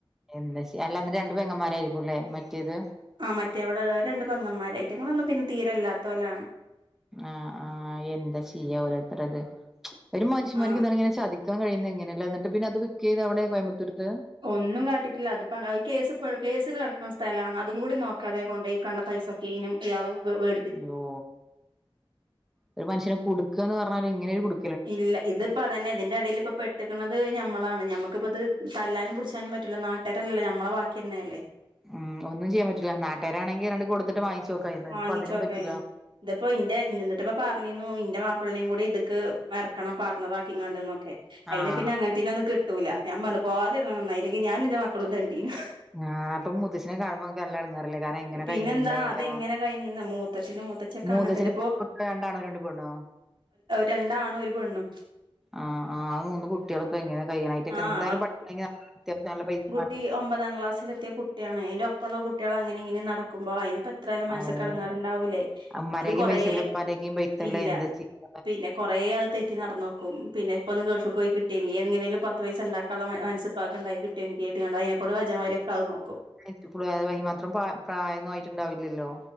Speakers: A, in the centre; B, on the right (about 55°).
A: എന്താച അല്ലാ രണ്ട് പെങ്ങന്മാരായിരിക്കും ലെ മറ്റേത്?
B: ആഹ് മറ്റേവടെ അത് രണ്ട് പങ്ങന്മാര, റ്റങ്ങളൊന്നും പിന്നെ തീരല്ലാത്തോലാണ്.
A: ആഹ് ആഹ് എന്ത ചെയ്യാ ഓരോരുത്തരത്, ഒരു മനുഷ്യന്മാർക്ക്
B: ആഹ്
A: ങ്ങനെ ചതിക്കാൻ കഴിയുന്നേ എങ്ങനെല്ലേ, എന്നിട്ട് പിന്ന അത് വിക്യ്തേ അവിടെ കോയമ്പത്തൂര്ത്തെ?
B: ഒന്നും കാട്ടിട്ടില്ല, അതിപ്പോ അത് കേസ് കേസ് കിടക്കുന്ന സ്ഥലാണ് അതും കൂടി നോക്കാതെ കൊണ്ടോയി ഈ കണ്ട പൈസ കീനും ഇയാളും വെ
A: യ്യോ ഒരു മനുഷ്യനെ കുടുക്കാന്ന് പറഞ്ഞാല് ഇങ്ങനെ ഒരു കുടു
B: ഇല്ല ഇതിപ്പ അതന്നെ ഇതിന്റെ ഇടയിൽ പെട്ട് പെട്ട് കിടക്കണത് ഞമ്മളാണ് ഞമ്മക് പ്പോ ഇത് തല്ലാനും പുടിച്ചാനും പറ്റൂല നാട്ടാരല്ലല്ലോ ഞമ്മളെ ബാക്കിന്നല്ലേ
A: മം ഒന്നും ചെയാൻ പറ്റുല്ല നട്ടാരാണങ്കി രണ്ട് കൊടുത്തിട്ട് വാങ്ങിച്ചു നോക്കായിരുന്നു
B: വാങ്ങിച്ചോക്കായിന്ന്
A: ഇപ്പ അതിനും പറ്റുല്ലാ.
B: ഇതിപ്പോ ഇന്റെ എന്നിട്ട് പ്പോ പറഞ്ഞിരുന്നു ഇന്റെ മാപ്പിളനേം കൂടി ഇത്ക്ക് ഇറക്കണം പാർട്ണർ ആക്കിങ്ങാണ്ട് നോ അയിനാ
A: ആഹ്
B: പിന്ന അങ്ങനതേനൊന്നും കിട്ടൂല്ല ഞാൻ പറഞ് പോവാതിരുന്നേ നന്നായി അല്ലങ്കി ഞാനും ഇന്റെ മക്കളും തേണ്ടീനും.
A: ആഹ് പ്പോ മൂത്തശിനെ കാണുമ്പോ ങ്ങ ങ്ങക്ക് നല്ല എടങ്ങേറ് ല്ലേ കാരണം എങ്ങനെ
B: പിന്നെന്താ
A: കഴിഞ്ഞിരുന്നേക്കാരം
B: അതെങ്ങനെ കഴിഞ്ഞിന്ന് മൂത്തച്ഛനും മൂത്തച്ഛിയൊക്കെ
A: മൂതച്ഛന്
B: അങ്ങനെ തന്നെ ഇപ്പോ
A: രണ്ടാനും രണ്ട് പെണ്ണോ?
B: രണ്ടാണും ഒരു പെണ്ണും.
A: ആഹ് ആഹ് ആമൂന്ന് കുട്ടിയാൾ പ്പൊ ഇങ്ങനെ കഴിയണോ അയിറ്റേക്
B: ആഹ്
A: എന്തായലും പട്ടിണി അത്യാവശ്യം നല്ല പൈസേം വേണ്ടേ
B: കുട്ടി ഒമ്പതാം ക്ലാസിൽ എത്തിയ കുട്ടിയാണ് അയിന്റെ ഒപ്പള്ള കുട്ടിയാൾ അങ്ങനെ ഇങ്ങനെ നടക്കുമ്പോ അയിന് പ്പ എത്രായാലും മനസ്സ്ക്ക്ടങ്ങാറുണ്ടാവൂലേ
A: അഹ് അമ്മാരേക്കും
B: അത് കൊറേ
A: പൈസല്ല ഇപ്പാന്റെക്കും പൈസല്ല
B: ഇല്ല
A: എന്താ ചെയ്യാ
B: പിന്നെ കൊറേ അ ത് തെറ്റി കട്ടി നടന്നോും പിന്നെ ഇപ്പോൊന്ന് ഗൾഫ് പോയി കിട്ടെങ്കി എങ്ങനെങ്കും പത്ത് പയസ്സ ഉണ്ടാക്കാനുള്ള മനസ്സപ്പാക്ക് ഉണ്ടാക്കിട്ടും എനിക്ക്തിണ്ട അതിനെക്കൂ വജനമാരൊക്കെത് നോക്കും.
A: ഇ അതിനും മാത്രം പ്രായമന്ന ആയിട്ട്ണ്ടാവില്ലല്ലോ?